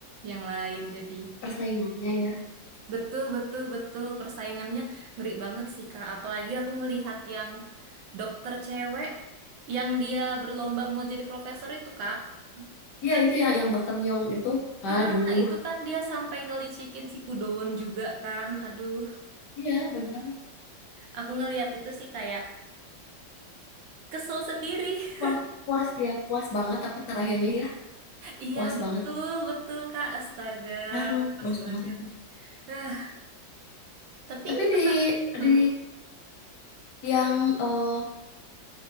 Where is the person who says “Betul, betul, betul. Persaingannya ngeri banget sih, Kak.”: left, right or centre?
Right